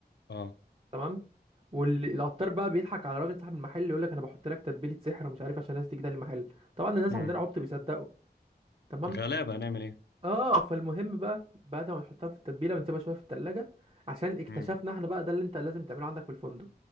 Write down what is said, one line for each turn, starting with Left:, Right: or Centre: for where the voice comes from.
Left: اه
Right: تمام والعطار بقى بيضحك على راجل صاحب المحل يقول لك انا بحط لك تتبيله سحر ومش عارف عشان الناس تيجي تاني المحل طبعا الناس
Left: امم
Right: عندنا عبط بيصدقوا تمام
Left: غلابة هنعمل ايه
Right: اه فالمهم بقى بعد ما نحطها في التتبيله بنسيبها شويه في التلاجة عشان اكتشفنا
Left: امم
Right: احنا بقى ده اللي انت لازم تعمله عندك في الفندق